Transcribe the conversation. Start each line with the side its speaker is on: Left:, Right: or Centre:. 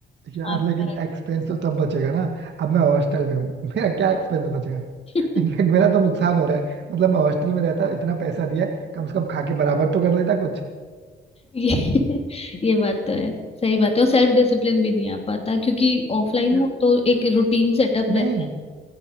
Right: यार
Left: आपका
Right: लेकिन एक्सपेंस तो तब बचेगा ना अब मैं हॉस्टल में हूँ <laughs> मेरा क्या एक्सपेंस बचेगा
Left: <laughs>
Right: इनफैक्ट मेरा तो नुकसान हो रहा है मतलब मैं हॉस्टल में रहता इतना पैसा दिया है, कम से कम खा के बराबर तो कर लेता कुछ
Left: ये ये बात तो है सही बात है और सेल्फ डिसिप्लिन भी नहीं आ पाता क्योंकि ऑफलाइन
Right: फिर-
Left: हो तो एक रूटीन सेटअप रहता
Right: नहीं
Left: है